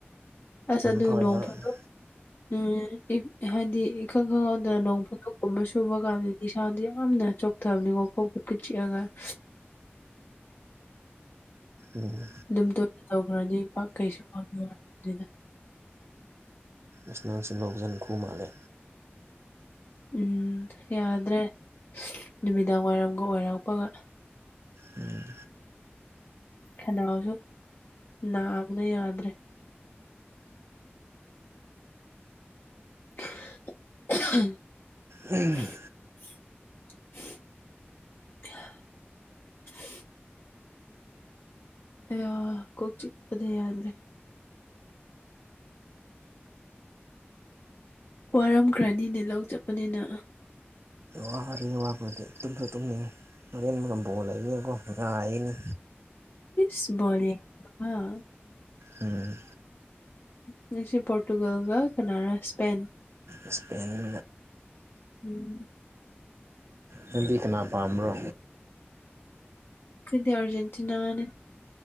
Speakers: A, on the left (about 55°); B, on the right (about 85°).
A: ꯑꯁ ꯑꯗꯨ
B: ꯐꯥꯎ
A: ꯅꯣꯡ
B: ꯌꯥꯎꯔꯛꯑꯦ
A: ꯐꯥꯗꯣꯛ ꯎꯝ ꯎ ꯍꯥꯏꯗꯤ ꯏꯈꯪ ꯈꯪꯍꯧꯗꯅ ꯅꯣꯡ ꯐꯣꯊꯣꯛ ꯀꯨꯝꯕ ꯁꯨꯕ ꯀꯥꯟꯗꯗꯤ ꯏꯁꯥꯗ ꯌꯥꯝꯅ ꯆꯣꯛꯊꯕꯅꯤꯀꯣ ꯈꯣꯡ ꯈꯨꯠꯀ ꯆꯤꯛꯑꯒ <unintelligible>
B: ꯎꯝ
A: ꯑꯗꯨꯝ ꯇꯣꯏꯅ ꯇꯧꯈ꯭ꯔꯅꯤ ꯄꯥꯛ ꯀꯩꯁꯨ ꯋꯥꯅꯤꯅꯤꯗ
B: ꯏꯁꯅꯥꯥꯡꯁꯤ ꯂꯧꯁꯤꯟ ꯈꯨ ꯃꯥꯜꯂꯦ
A: ꯎꯝ ꯌꯥꯗ꯭ꯔꯦ ꯅꯨꯃꯤꯗꯥꯡ ꯋꯥꯏꯔꯝꯒ ꯑꯣꯏꯔꯛꯄꯒ
B: ꯎꯝ
A: ꯈꯅꯥꯎꯁꯨ ꯅꯥꯕꯅ ꯌꯥꯗ꯭ꯔꯦ ꯎ <unintelligible>
B: ꯎꯝ
A: <unintelligible> ꯑꯣ ꯀꯣꯛꯆꯤ ꯄꯗꯩꯗ꯭ꯔꯦ ꯋꯥꯔꯝ ꯭ꯔꯥꯅꯤꯅꯦ ꯂꯧ ꯆꯠꯄꯅꯤꯅ
B: ꯋꯥꯔꯦ ꯋꯥꯕꯗꯤ ꯇꯨꯝꯁꯨ ꯇꯨꯝꯅꯤꯡꯉꯦ ꯍꯣꯔꯦꯟꯕꯒꯝꯕꯣ ꯂꯩꯕꯦꯀꯣ ꯉꯥꯏꯅꯦ
A: ꯁ ꯦ <unintelligible>
B: ꯎꯝ
A: ꯅꯪꯁꯦ ꯄꯣꯔꯇꯨꯒꯜꯒ ꯀꯅꯥꯔ ꯁꯄꯦꯟ
B: ꯏꯁꯄꯦꯟ
A: ꯎꯝ
B: ꯅꯪꯗꯤ ꯀꯅꯥ ꯄꯥꯝꯕ꯭ꯔꯣ
A: ꯀꯗꯤ ꯑꯔꯖꯦꯟꯇꯤꯅꯥꯅꯦ